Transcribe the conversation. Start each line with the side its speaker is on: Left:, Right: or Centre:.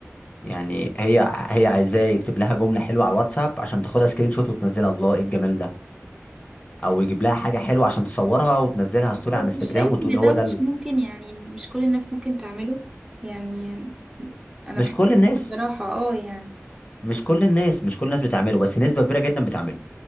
Left: يعني هي هي عايزاه يكتب لها جملة حلوة على الواتساب عشان تاخدها سكرين شوت وتنزلها الله ايه الجمال ده او يجيب لها حاجة حلوة عشان تصورها وتنزلها ستوري على
Right: بس
Left: انستجرام
Right: مش شايف
Left: وتقول
Right: ان
Left: هو
Right: ده
Left: ده
Right: مش
Left: ال-
Right: ممكن يعني مش كل الناس ممكن تعمله يعني انا
Left: مش
Right: بحب
Left: كل
Right: كده
Left: الناس
Right: بصراحة اه يعني
Left: مش كل الناس مش كل الناس بتعمله بس نسبة كبيرة جدا بتعمله